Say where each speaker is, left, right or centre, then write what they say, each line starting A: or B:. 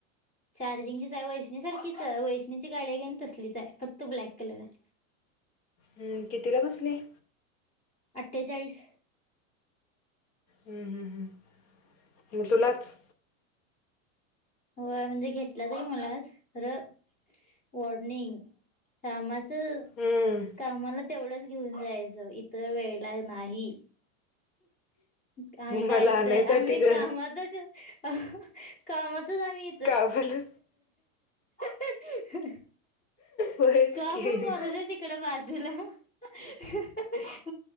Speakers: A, on the left; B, on the left.
A: चार्जिंगचीच आहे, वैष्णीसारखीच वैष्णीची गाडी हाय का नाही तसलीच आहे, फक्त ब्लॅक कलर हाय.
B: हम्म, कितीला बसली?
A: अठ्ठेचाळीस.
B: हम्म हम्म हम्म म तुलाच.
A: हो म्हणजे घेतला बई मलाचं खरं वॉर्निंग कामाचं
B: हम्म
A: कामाला तेवढंच घेऊन जायचं इतर वेळेला नाही. आम्ही काय
B: मला
A: ऐकतोय
B: आणायसाठी
A: आम्ही
B: ग.
A: कामातच. अह कामातच आम्ही.
B: का बरं?
A: <unintelligible> अहहह
B: होयच
A: काम
B: की.
A: मरू दे तिकड बाजूला, अहहह.